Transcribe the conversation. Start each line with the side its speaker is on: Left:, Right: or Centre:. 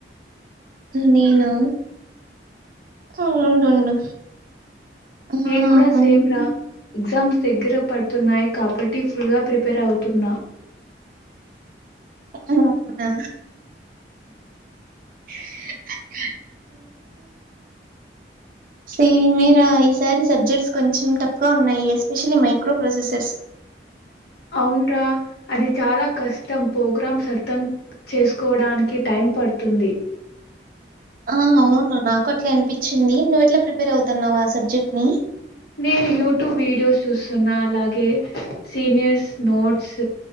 Right: నేనా అవున్ నున్ను ఆ
Left: నేను కూడా
Right: కొన్ని
Left: సేమ్ రా ఎగ్జామ్స్ దగ్గర పడుతున్నాయి కాబట్టి ఫుల్గా ప్రిపేర్ అవుతున్నా
Right: అవునా <unintelligible> సేమేరా ఈసారి సబ్జెక్ట్స్ కొంచెం టాప్ గా ఉన్నాయి ఎస్పెషలీ మైక్రో ప్రొసెసర్స్
Left: అవున్రా అది చాలా కష్టం ప్రోగ్రామ్స్ అర్థం చేసుకోవడానికి టైం పడుతుంది
Right: ఆ అవును నాకు అట్లే అనిపిచ్చింది నువ్వు ఎట్లా ప్రిపేర్ అవుతున్నావు ఆ సబ్జెక్ట్ ని
Left: నేను యూట్యూబ్ వీడియోస్ చూస్తున్నా అలాగే సీనియర్స్ నోట్స్